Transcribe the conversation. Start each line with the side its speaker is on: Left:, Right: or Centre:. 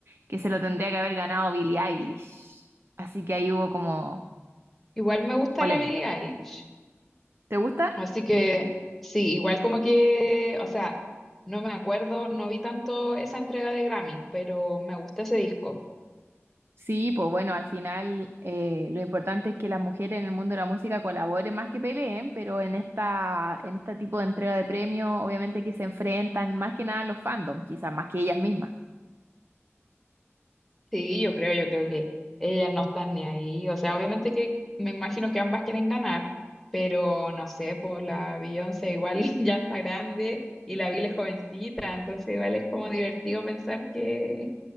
Right: que se lo tendría que haber ganado Billie Eilish. Así que ahí hubo como
Centre: Igual me gusta
Right: polémica.
Centre: la Billie Eilish.
Right: ¿Te gusta?
Centre: Así que sí, igual como que, o sea, no me acuerdo, no vi tanto esa entrega de Grammy, pero me gusta ese disco.
Right: Sí, pues bueno, al final eh, lo importante es que las mujeres en el mundo de la música colaboren más que peleen, pero en esta, en este tipo de entrega de premios, obviamente que se enfrentan más que nada los fandom, quizás más que ellas mismas.
Centre: Sí, yo creo, yo creo que ellas no están ni ahí. O sea, obviamente que me imagino que ambas quieren ganar, pero no sé, pues la Beyoncé igual <laughs> ya está grande y la Billie es jovencita, entonces igual es como divertido pensar que